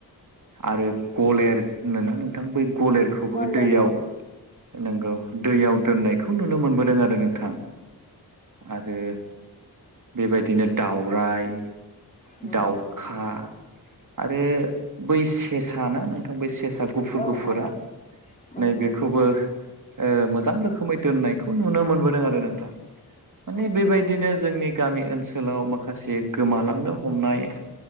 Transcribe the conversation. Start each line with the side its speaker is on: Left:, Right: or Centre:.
Right: आरो गलेर होनोना नोंथां बै गलेरखौबो
Left: गराइ
Right: दैयाव नोंगौ दैयाव दोननायखौ नुनो मोनबोदों आरो नोंथां। आरो बेबायदि बिदिनो दाउराय
Left: नंगौ
Right: दाउखा आरो बै सेसा ना नोंथां बै सेसा गुफुर
Left: औ
Right: गुफुरा
Left: औ नंगौ
Right: नैबेखौबो ओ मोजां रोखोमै दोननायखौ नुनो मोनबोदों आरो नोंथां माने बेबायदिनो
Left: औ
Right: जोंनि गामि ओनसोल लाव माखासे गोमालांनो हमनाय